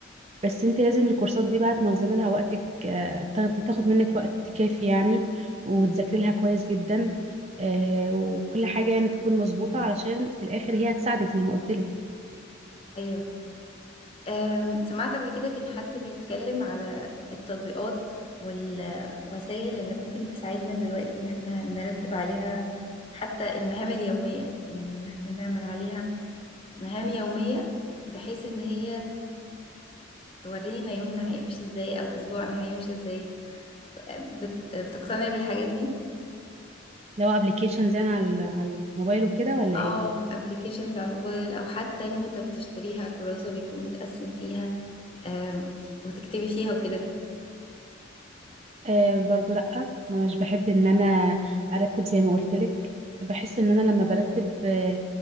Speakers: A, on the right; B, on the left.
A: بس انت لازم الكورسات دي بقى تنظمي لها وقتك آه، تاخدي تاخد منك وقت كافي يعني وتذاكري لها كويس جدا آه، وكل حاجة يعني تكون مظبوطة علشان في الآخر هي هتساعدك زي ما قلت لك
B: أيوة أم، سمعت قبل كده كان حد بيتكلم على التطبيقات والوسائل اللي ممكن تساعدنا دلوقتي ان احنا نرتب عليها حتى المهام اليومية يعني ان احنا نعمل عليها مهام يومية بحيث ان هي تورينا يومنا هيمشي ازاي او اسبوعنا هيمشي ازاي أم، بت- بتقتنع بالحاجات دي
A: لو ابلكيشنز يعني على على الموبايل وكده ولا
B: اه
A: ايه
B: ابلكيشنز على الموبايل او حتى نوتة بتشتريها كراسة بيكون متقسم فيها أم، وتكتبي فيها وكده
A: آه برضو لأ مش بحب ان انا ارتب زي ما قلت لك بحس ان انا لما برتب آه